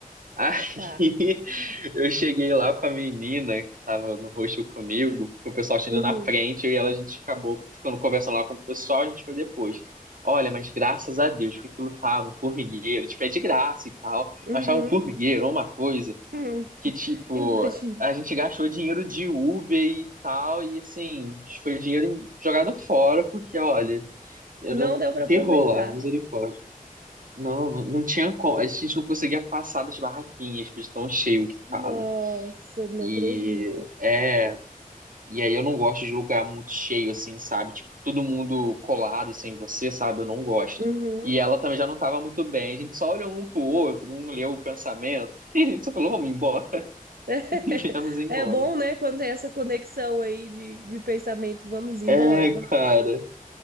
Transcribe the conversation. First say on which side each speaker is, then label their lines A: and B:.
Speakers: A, on the right; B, on the right.
A: Aí
B: Tá.
A: <laughs> eu cheguei lá com a menina que tava no rosto comigo, o pessoal tinha
B: Uhum.
A: ido na frente, eu e ela, a gente acabou ficando conversando lá com o pessoal, a gente foi depois. Olha, mas graças a Deus que aquilo tava um formigueiro, tipo, é de graça e tal,
B: Uhum.
A: mas tava um formigueiro,
B: Uhum.
A: uma coisa
B: <laughs>
A: que, tipo,
B: Imagino.
A: a gente gastou dinheiro de Uber e tal, e assim, foi dinheiro jogado fora, porque, olha, era
B: Não
A: um
B: deu pra aproveitar.
A: terror lá, misericórdia. Não, não, não tinha como. A gente não conseguia passar das barraquinhas, de tão cheio que
B: Nossa,
A: tava.
B: não
A: E
B: acredito.
A: é, e aí eu não gosto de lugar muito cheio assim, sabe? Tipo, todo mundo colado sem você, sabe? Eu não gosto.
B: Uhum.
A: E ela também já não tava muito bem. A gente só olhou um pro outro, um leu o pensamento, <laughs> e a gente só falou, vamos embora,
B: É <laughs>
A: <laughs> e viemos embora.
B: é bom, né, quando tem essa conexão aí de, de pensamento, vamos embora,
A: É,
B: vamos.
A: cara,